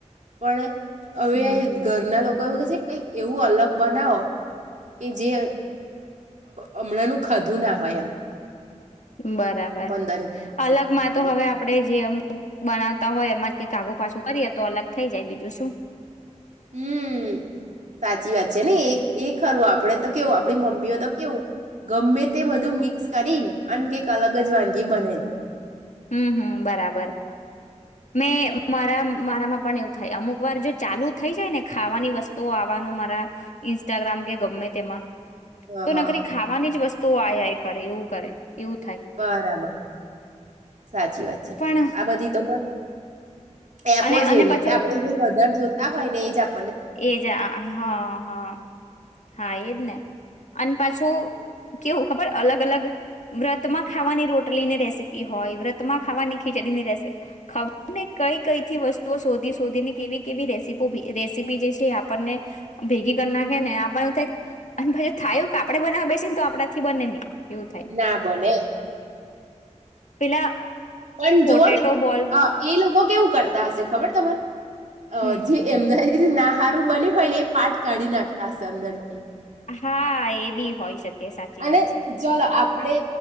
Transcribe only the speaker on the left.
હમ
બરાબર,
અલગમાં
તો હવે આપડે જેમ બનાવતા હોય એમાં જ કે કાાગુ પાછું કરીએ તો અલગ થઈ જાય બીજું શું
હમ્મ હમ્મ બરાબર. મે મારા મારામાં પણ એવું થાય અમુક વાર જો ચાલુ થઈ જાય ને ખાવાની વસ્તુઓ આવવાનું મારા ઇન્ટગ્રામ કે ગમે તેમાં
તો
નકરી ખાવાની જ વસ્તુ. તો આ આઈ કરે એવું કરે. એવું થાય
પણ
અને
અને
પાછું
એજ હ હ હા એજ ને. અને પાછું કેવું ખબર અલગ અલગ વ્રતમાં ખાવાની રોટલી ની રેસીપી હોય વ્રતમાં ખાવાની ખીચડીની રેસીપી. ખબર ને કઈ કઈ થી વસ્તુ. શોધી શોધીની કેવી કેવી રેસીપો રેસ રેસીપી જે છે આપણને ભેગી કરી નાખે ને આપ થાય પછ થાયું એવુ આપડે બનાવ બેસી ને તો આપડા થી બને નહી. એવું થાય
પેલા.
પોટેટો
બોલ
હમ
હા એ બી હોય શકે. સાચી
વાત છે